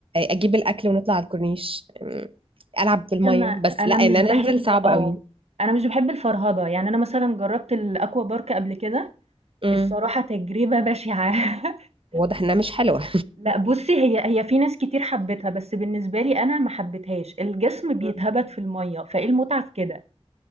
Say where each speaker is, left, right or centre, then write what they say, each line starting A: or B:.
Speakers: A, on the right; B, on the right.
A: اجيب الاكل ونطلع على الكورنيش أمم، العب في المية
B: أنا
A: بس
B: أنا
A: لا ان
B: مش
A: انا
B: باحب
A: انزل صعب
B: آه،
A: قوي
B: أنا مش باحب الفرهدة، يعني أنا مثلًا جرّبت الaqua park قبل كده،
A: امم
B: الصراحة تجربة بشعة. <laughs>
A: واضح انها مش حلوة
B: لأ بُصّي، هي هي في ناس كتير حبِّتها، بس بالنسبة لي أنا ما حبيتهاش، الجسم بيتهبَد
A: <laughs>
B: في المَيّة، فإيه المتعة في كده؟